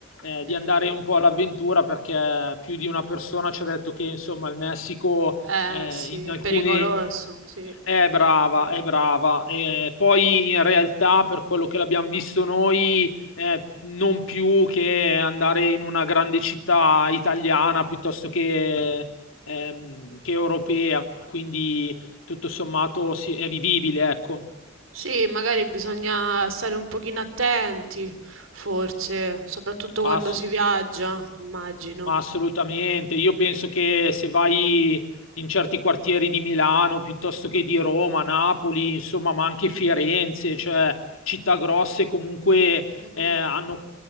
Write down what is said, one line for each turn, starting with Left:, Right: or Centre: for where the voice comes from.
Left: eh, di
Right: Mm,
Left: andare un po' all'avventura, perché più di una persona ci ha detto che, insomma, il Messico
Right: Eh
Left: eh,
Right: sì,
Left: in
Right: è
Left: alcune,
Right: pericoloso, sì.
Left: È brava,
Right: Mm.
Left: è brava. Eh, poi in realtà, per quello che l'abbiamo visto noi, eh, non più che andare in una grande città italiana piuttosto che, ehm, che europea, quindi tutto sommato sì, è vivibile, ecco.
Right: Sì, magari bisogna stare un pochino attenti, forse, soprattutto
Left: Ma
Right: quando
Left: s-
Right: si viaggia, immagino.
Left: Ma assolutamente, io penso che se vai in certi quartieri di Milano piuttosto che di Roma, Napoli, insomma, ma anche Firenze, cioè città grosse comunque
Right: Mhm,
Left: eh, hanno,